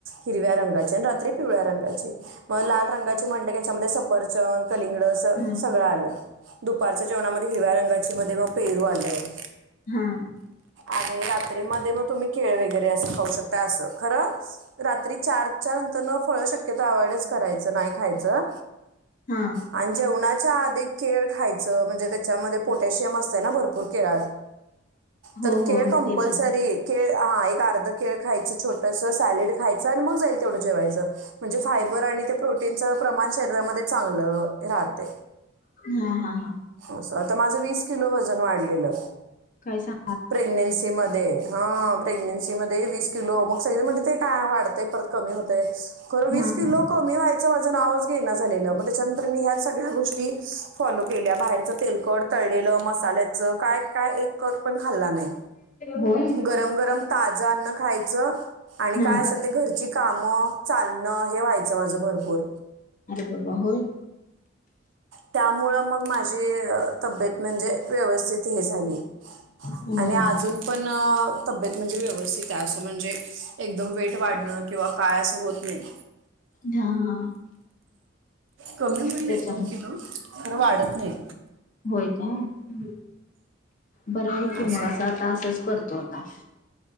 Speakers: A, on the right; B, on the left.
A: हिरव्या रंगाची आणि रात्री पिवळ्या रंगाची. मग लाल रंगाची म्हटलं की याच्यामध्ये सफरचंद, कलिंगड अस
B: हा
A: सगळं आलं. दुपारच्या जेवणामध्ये हिरव्या रंगाची मध्ये मग पेरू आलं.
B: हम्
A: आणि रात्रीमध्ये मग तुम्ही केळ वगैरे असं खाऊ शकता असं खरं रात्री चार च्यानंतर न फळ शक्यता अवॉर्ड करायचं नाही खायचं.
B: हा
A: आणि जेवणाच्या आधी केळ खायचं म्हणजे त्याच्यामध्ये पोटॅशियम असतय ना भरपूर केळात.
B: हो
A: तर
B: हो
A: केळ कंपलसरी
B: ते पण आहे
A: केळ हा एक अर्ध केळ खायचं छोटस सॅलेड खायचं आणि मग जाईल तेवढं जेवायचं. म्हणजे फायबर आणि त्या प्रोटीनचं प्रमाण शरीरामध्ये चांगलं. राहतय
B: हा हा हा
A: अस आता माझं वीस किलो वजन वाढलेलं.
B: काय सांग
A: प्रेग्नस मध्ये हा प्रेग्नेन्सी मध्ये वीस किलो मग सगळे म्हणतात ते काय वाढत परत कमी होतेय. खरं वीस
B: हा
A: किलो
B: हा
A: कमी व्हायचं माझं नावच घे ना झालेलं मग त्याच्यानंतर मी ह्या सगळ्या गोष्टी फॉलो केल्या बाहेरचं तेलकड तळलेलं मसाल्याचं काय काय एक कट पण खाल्ला नाही.
B: होय
A: गरम गरम ताज अन्न खायचं. आणि काय
B: हा
A: असेल ते घरची कामं चालणं हे व्हायचं माझं भरपूर
B: आरे बाबा होय.
A: त्यामुळं मग माझी तब्येत म्हणजे व्यवस्थित हे झाली.
B: हम
A: आणि अजून पण तब्येत म्हणजे व्यवस्थित आहे असं म्हणजे एकदम वेट वाढणं किंवा काय असं होत नाही.
B: हा हा
A: कमी होईल
B: त्याच्यामुळे
A: एक दोन किलो पण वाढत नाही.
B: होय काय बरं आहे की
A: असं
B: मगं आस आता असच करतो आता.